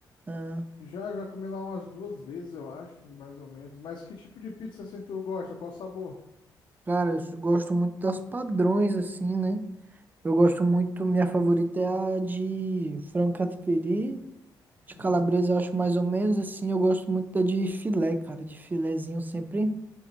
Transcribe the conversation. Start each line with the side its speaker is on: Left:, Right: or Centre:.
Right: ah,
Left: Já, já comi lá umas duas vezes, eu acho, mais ou menos. Mas que tipo de pizza assim tu gosta? Qual sabor?
Right: cara, eu s- gosto muito das padrões, assim, né? Eu gosto muito, minha favorita é a de frango catupiry. De
Left: Uhum.
Right: calabresa eu acho mais ou menos assim. Eu gosto muito da de filé, cara. De filézinho sempre,